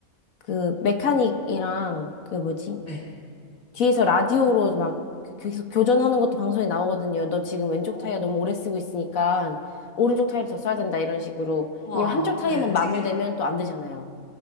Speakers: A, on the left; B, on the left.
A: 그 메카닉이랑
B: 음,
A: 그 뭐지?
B: 네.
A: 뒤에서 라디오로 막 계속 교전하는 것도 방송에 나오거든요. 너 지금 왼쪽
B: 오,
A: 타이어 너무 오래 쓰고 있으니까 오른쪽 타이어를 더 써야 된다 이런 식으로.
B: 우와,
A: 왜냐면 한쪽 타이어만
B: 네.
A: 마모되면
B: 되게
A: 또 안 되잖아요.